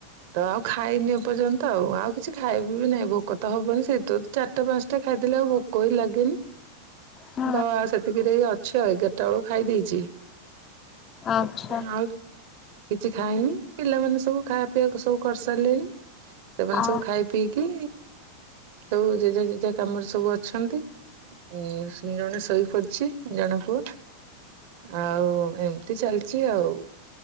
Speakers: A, on the right; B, on the left.
A: ତ ଆଉ ଖାଇନି ଏପର୍ଯ୍ୟନ୍ତ ଆଉ ଆଉ କିଛି ଖାଇବି ବି ନାହିଁ ଭୋକ ତ ହବନି ସେଇ ତ ଚାରିଟା ପାଞ୍ଚଟା ଖାଇଦେଲେ ଆଉ ଭୋକ ବି ଲାଗେନି
B: ହଁ
A: ବା ସେତିକିରେ ଅଛ ଏଗାରଟା ବେଳକୁ ଖାଇ ଦେଇେଇଛି
B: ଆଚ୍ଛା
A: ସେଥିପାଇଁ ଆଉ କିଛି ଖାଇନି ପିଲାମାନେ ସବୁ ଖାଇବା ପିଇବାକୁ ସବୁ କରିସାରିଲେଣି ସେମାନେ
B: ଆଉ
A: ସବୁ ଖାଇ ପଇକି ସବୁ ଜେଜୋ ଜେଜା କାମରେ ସବୁ ଅଛନ୍ତି ଉଁ ଜଣେ ଶୋଇ ପଡିଛି ଜଣେ ପୁଅ। ଆଉ ଏମିତି ଚାଲିଛି ଆଉ